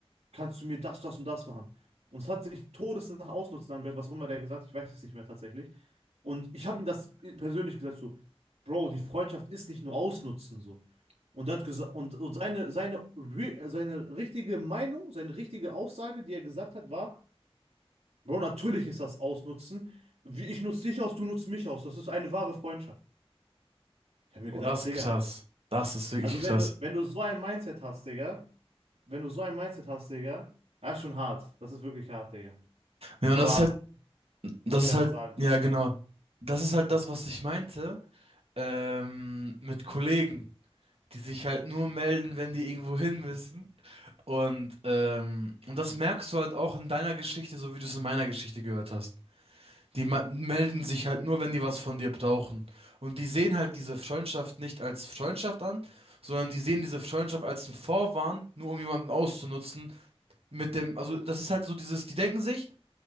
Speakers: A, on the right; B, on the right.
A: kannst du mir das, das und das machen? Und es hat sich todesnach ausnutzen angehört, was auch immer der gesagt hat, ich weiß es nicht mehr tatsächlich. Und ich habe ihm das persönlich gesagt, so, Bro, die Freundschaft ist nicht nur ausnutzen, so. Und er hat gesagt, und, und seine, seine, re seine richtige Meinung, seine richtige Aussage, die er gesagt hat, war, Bro, natürlich ist das Ausnutzen. Wie ich nutze dich aus, du nutzt mich aus. Das ist eine wahre Freundschaft. Ich habe mir
B: Boah,
A: gedacht,
B: das ist
A: Digga.
B: krass. Das ist wirklich
A: Also
B: krass.
A: wenn du, wenn du so ein Mindset hast, Digga, wenn du so ein Mindset hast, Digga, das ist schon hart. Das ist wirklich hart, Digga.
B: Ja,
A: Aber
B: und das ist halt, das
A: du wolltest
B: ist
A: ja
B: halt,
A: was sagen.
B: ja, genau. Das ist halt das, was ich meinte, ähm, mit Kollegen, die sich halt nur melden, wenn die irgendwo hin müssen. Und, ähm, und das merkst du halt auch in deiner Geschichte, so wie du es in meiner Geschichte gehört hast. Die ma- melden sich halt nur, wenn die was von dir brauchen. Und die sehen halt diese Freundschaft nicht als Freundschaft an, sondern die sehen diese Freundschaft als einen Vorwand, nur um jemanden auszunutzen mit dem, also das ist halt so dieses, die denken sich,